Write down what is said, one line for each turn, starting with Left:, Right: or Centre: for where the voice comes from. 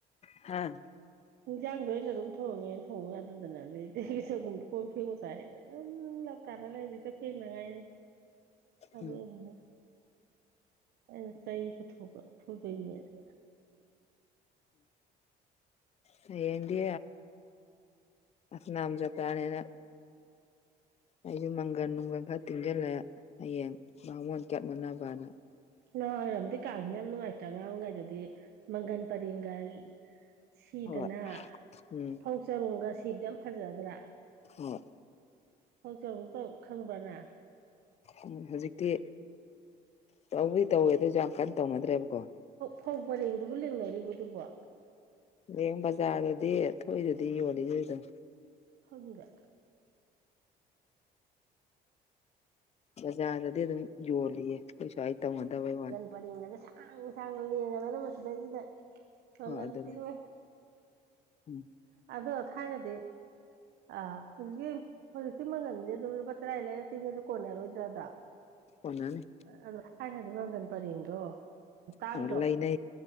Left: ꯍꯥꯝ
Right: ꯍꯤꯟꯖꯥꯡꯗꯣ ꯑ ꯑꯣꯏꯅ ꯑꯗꯨꯝ ꯊꯣꯡꯉꯦ ꯊꯣꯡꯉ ꯌꯥꯗꯅ ꯑꯗꯨ ꯆꯒꯨꯝꯕ ꯀꯣꯟ ꯐꯦꯡꯉꯨ ꯆꯥꯏ ꯍꯥꯏꯗꯅ ꯎꯝ ꯂꯧ ꯇꯥꯔ ꯂꯩꯗꯤꯁꯨ ꯐꯦꯡꯅꯉꯥꯏ ꯑꯗꯨꯕꯅ
Left: ꯎꯝ
Right: ꯑꯩꯅ ꯆꯩ ꯄꯨꯊꯣꯛꯄ ꯐꯨꯗꯣꯏꯅꯦꯅ
Left: ꯎꯝ ꯌꯦꯗꯤ ꯑꯅꯥꯝ ꯆꯄ꯭ꯔꯥꯅꯦꯅ ꯑꯌꯨ ꯃꯪꯒꯜ ꯅꯨꯡꯒꯜ ꯐ ꯇꯤꯡꯁꯤꯜꯂ ꯍꯌꯦꯡ ꯃꯉꯣꯟ ꯆꯠꯅꯅꯕꯅ
Right: ꯉꯍꯥ ꯑꯣꯏꯔꯝꯗꯤ ꯀꯥꯗꯤꯦ ꯌꯥꯝ ꯅꯨꯡꯉꯥꯏꯇ꯭ꯔꯥ ꯉꯉꯥꯡ ꯑꯣꯏꯔꯤꯉꯩꯗꯗꯤ ꯃꯪꯒꯟ ꯄꯔꯦꯡꯒ ꯁꯤꯗꯅ
Left: ꯍꯣꯏ ꯎꯝ
Right: ꯐꯧ ꯆꯔꯣꯡꯒ ꯁꯤꯕꯗꯤ ꯌꯥꯝ ꯐꯖꯗ꯭ꯔꯥ
Left: ꯎꯝ
Right: ꯍꯣꯡꯆꯛꯇꯧ ꯈꯪꯕꯅꯦ
Left: ꯎꯝ ꯍꯧꯖꯤꯛꯇꯤ ꯇꯧꯋꯤ ꯇꯧꯋꯦ ꯑꯗꯨ ꯑꯣꯏꯁꯨ ꯌꯥꯝ ꯀꯟꯅ ꯇꯧꯅꯗ꯭ꯔꯦꯕꯀꯣ
Right: ꯐꯧ ꯄꯔꯦꯡꯗꯨꯕꯨ ꯂꯦꯡꯅꯔꯤꯕꯗꯨꯕꯣ
Left: ꯂꯌꯦꯡ ꯕꯖꯥꯔꯗꯗꯤ ꯊꯣꯛꯏꯗꯨꯗꯤ ꯌꯣꯜꯂꯤꯗꯣꯏꯗꯝ
Right: ꯍꯪꯗꯦ
Left: ꯕꯖꯥꯔꯗꯗꯤ ꯑꯗꯨꯝ ꯌꯣꯜꯂꯤꯌꯦ ꯀꯩꯁꯨꯋꯥꯏ ꯇꯧꯅꯗꯕꯩ ꯋꯥꯅꯤ
Right: ꯄꯔꯦꯡꯒꯁ ꯁꯥꯡ ꯁꯥꯡꯅ ꯂꯦꯡꯉꯗꯅ ꯃꯁꯤꯗꯩꯁꯤꯗ ꯃꯪꯒꯟ
Left: ꯍꯣꯏ ꯑꯗꯨꯅꯦ
Right: ꯇꯤꯡꯉ
Left: ꯎꯝ
Right: ꯑ ꯊꯥꯏꯅꯗꯤ ꯑꯥ ꯍꯧꯖꯤꯛꯀꯤ ꯍꯧꯖꯤꯛꯀꯤ ꯃꯪꯒꯜꯁꯦ ꯑꯗꯨꯝ ꯂꯨꯄꯥ ꯇꯔꯥ ꯂꯩꯔ ꯇꯤꯡꯉꯁꯨ ꯀꯣꯟꯅꯔꯣꯏꯗ꯭ꯔꯥꯗ
Left: ꯀꯅꯤ
Right: ꯑꯗꯣ ꯊꯥꯏꯅꯗꯤ ꯃꯪꯒꯟ ꯄꯔꯦꯡꯗꯣ ꯇꯥꯡꯗ꯭ꯔꯣ
Left: ꯑꯣ ꯂꯥꯏꯟꯦ